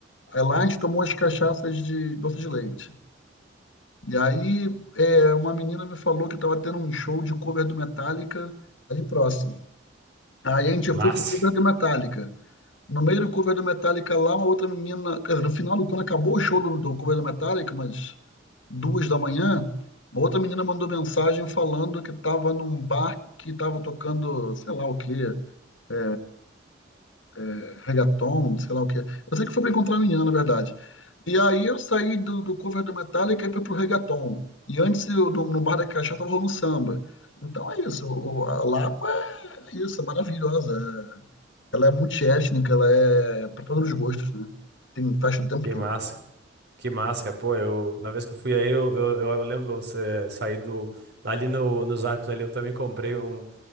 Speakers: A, on the left; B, on the right.
A: Aí lá a gente tomou as cachaças de doce de leite. E aí, é, uma menina me falou que estava tendo um show de cover do Metallica ali próximo. Aí a gente
B: Massa.
A: foi pro cover do Metallica. No meio do cover do Metallica lá, uma outra menina, quer dizer, no final, quando acabou o show do, do cover do Metallica, mas duas da manhã, uma outra menina mandou mensagem falando que estava num bar que estava tocando, sei lá o quê, é, é, reggaeton, sei lá o que. Eu sei que foi pra encontrar a menina, na verdade. E aí eu saí do, do cover do Metallica e fui pro reggaeton. E antes, eu, no, no Bar da Cachaça, tava rolando samba. Então é isso, o- a Lapa é isso, é maravilhosa. Ela é multiétnica, ela é para todos os gostos, né? Tem festa o tempo
B: Que
A: todo.
B: massa. Que massa, cara. pô, eu, na vez que eu fui aí, eu, eu, eu eu lembro, eu sa- saí do, ali no, nos Arcos ali, eu também comprei um,